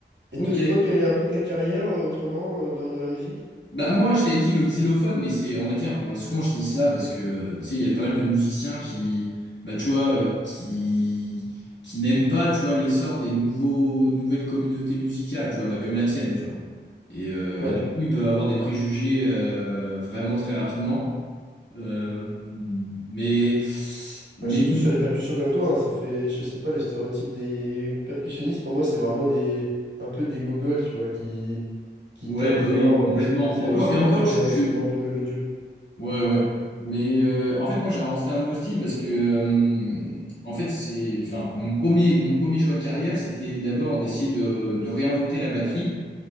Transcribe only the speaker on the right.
Et
toi, toi, quelle est un peu ta carrière euh, autrement euh, dans, dans la musique?
Ouais.
Ouais, Surtout sur les percussions comme toi, hein, ça fait, je sais pas, le stéréotype des percussionnistes, pour moi, c'est vraiment des, un peu des gogols, tu vois, qui, qui
tapent
fort
parce qu'ils
avaient ils savaient
pas choisir
un
instrument un peu mélodieux.